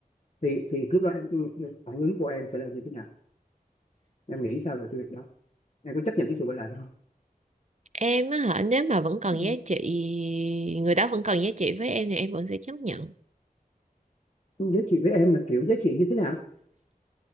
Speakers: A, on the left; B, on the right.
A: thì thì lúc đó em ừ, ừ, phản ứng của em sẽ là như thế nào em nghĩ sao về cái việc đó em có chấp nhận cái sự quay lại không
B: em á hả nếu mà vẫn còn
A: Ừ.
B: giá trị người đó vẫn còn giá trị với em thì em vẫn sẽ chấp nhận
A: giá trị với em là kiểu giá trị như thế nào